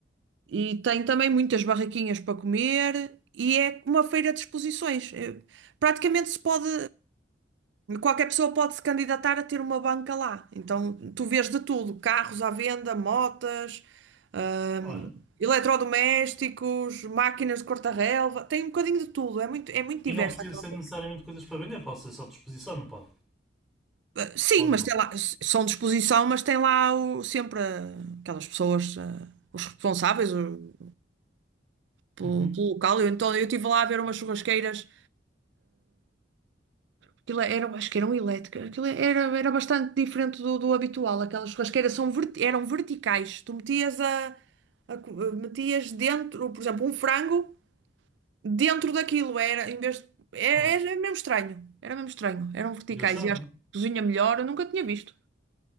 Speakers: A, on the right (about 75°); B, in the centre.
A: E tem também muitas barraquinhas para comer e é uma feira de exposições. É, Praticamente se pode, qualquer pessoa pode se candidatar a ter uma banca lá. Então tu vês de tudo, carros à venda, motas, hum,
B: ora
A: eletrodomésticos, máquinas de cortar-relva, tem um bocadinho de tudo, é muito, é muito
B: E
A: diverso
B: não precisa
A: aquela
B: ser
A: feira.
B: necessariamente coisas para vender, pode ser só disposição, não pode?
A: Ah, Sim,
B: Ou
A: mas
B: não?
A: tem lá, s- são de exposição, mas tem lá o- sempre ah, aquelas pessoas, ah, os responsáveis o- pelo,
B: Uhum.
A: pelo local. Eu, então eu estive lá a ver umas churrasqueiras Aquilo é, era, acho que eram elétricas. Aquilo é, era, era bastante diferente do, do habitual. Aquelas churrasqueiras são, verti- eram verticais. Tu metias a, a co- eh, metias dentro, por exemplo, um frango dentro daquilo. Era, em vez de- era,
B: Onze.
A: era mesmo estranho. Era mesmo estranho. Eram verticais
B: Engraçado.
A: e acho que cozinha melhor. Eu nunca tinha visto.